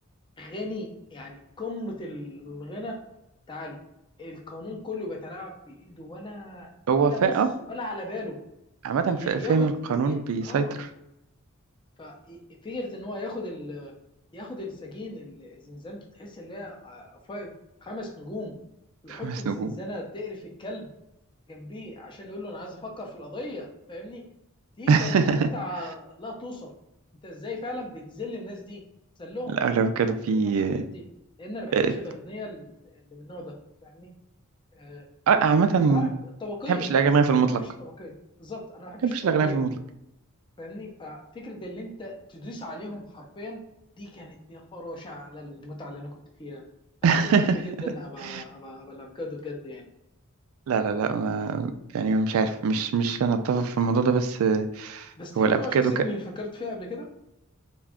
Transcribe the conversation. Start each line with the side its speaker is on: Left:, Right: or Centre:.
Left: غني يعني قمه الغنى تعالوا القانون كله بيتلاعب في ايده ولا
Right: هو
Left: ولا
Right: فا
Left: بص
Right: آه،
Left: ولا على باله
Right: عامة
Left: ي-
Right: فا- فاهم
Left: ياخد
Right: القانون
Left: ي...
Right: بيسيطر
Left: اه ففكره ان هو ياخد ال... ياخد السجين اللي زنزانته تحس ان هي آه، فايف خمس نجوم ويحطه
Right: خمس
Left: في
Right: نجوم
Left: زنزانه تقرف الكلب جنبيه عشان يقول له انا عايز افكر في القضيه فاهمني دي
Right: <laughs>
Left: كانت متعه لا توصف انت ازاي فعلا بتذل الناس دي ذلهم
Right: الأغلب
Left: بتز-
Right: في
Left: بتضغط على الناس دي لان انا ما بحبش
Right: آه، آه،
Left: الاغنياء اللي من النوع ده فاهمني آه،
Right: عامة
Left: ب- يعني
Right: ما
Left: انت عارف الطبقيه
Right: بحبش
Left: عامه
Right: الأغنياء
Left: انا
Right: في المطلق
Left: ما بحبش الطبقيه
Right: ما
Left: بالظبط انا ما بحبش
Right: بحبش
Left: الطبقيه
Right: الأغنياء في المطلق
Left: فاهمني ففكره اللي انت تدوس عليهم حرفيا دي كانت يا خراشة على المتعه اللي انا كنت فيها انا
Right: <laughs>
Left: كنت احب جدا ابقى ابقى ابقى الافوكادو بجد يعني
Right: لا لا لا ما يعني مش عارف مش مش أنا أتفق في الموضوع ده بس آه،
Left: بس تحب
Right: هو الأفوكادو
Left: تبقى شخصيه
Right: ك...
Left: مين فكرت فيها قبل كده